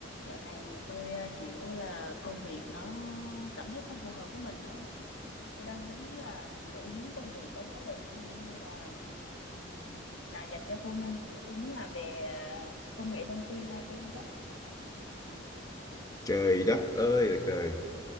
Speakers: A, on the left; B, on the left.
A: Dạo này tôi ờ, kiểu là công việc nó cảm thấy không phù hợp với mình nữa không ấy. Tôi đang tính là đổi hướng công việc. Ông có lời khuyên hay là ừm, nào dành cho tôi không? Kiểu tôi muốn làm về ờ, công nghệ thông tin IT đó.
B: Trời đất ơi là trời,